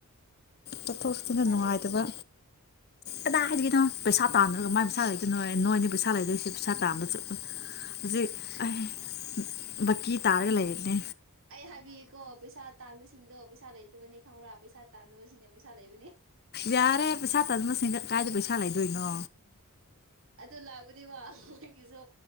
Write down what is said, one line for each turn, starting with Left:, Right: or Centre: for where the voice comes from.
Left: ꯆꯠꯊꯣꯛ ꯆꯁꯤꯅ
Right: ꯄꯩꯁꯥ
Left: ꯅꯨꯡꯉꯥꯏꯇꯕ
Right: ꯂꯩꯔꯝꯅꯤꯅ
Left: ꯑꯗ ꯍꯥꯏꯅꯣ ꯄꯩꯁꯥ ꯇꯥꯟꯗꯔꯒ ꯃꯥꯏ ꯄꯩꯁꯥ ꯂꯩꯗꯣꯏꯅꯣ ꯅꯣꯏꯅꯤ ꯄꯩꯁꯥ ꯂꯩꯗꯣꯏꯁꯦ ꯄꯩꯁꯥ ꯇꯥꯟꯕ ꯆꯠꯂ ꯍꯧꯖꯤꯛ ꯑꯩ ꯕꯀꯤ ꯇꯔꯒ ꯂꯩꯅꯦ
Right: ꯑꯩ ꯍꯥꯏꯕꯤꯌꯦꯀꯣ ꯄꯩꯁꯥ ꯇꯥꯟꯕꯁꯤꯡꯗꯣ ꯄꯩꯁꯥ ꯂꯩꯇꯕꯅꯦ ꯈꯪꯕ꯭ꯔꯥ ꯄꯩꯁꯥ ꯇꯥꯟꯗꯕꯁꯤꯡꯅ ꯄꯩꯁꯥ ꯂꯩ
Left: ꯌꯥꯔꯦ ꯄꯩꯁꯥ ꯇ ꯑꯗꯨꯃꯁꯤꯡ ꯀꯥꯏꯗ ꯄꯩ ꯆꯂꯥꯏꯗꯣꯏꯅꯣ
Right: ꯑꯗꯨ ꯂꯥꯛꯕꯨꯗꯤ ꯋꯥ ꯑꯩꯈꯣꯏꯒꯤꯁꯨ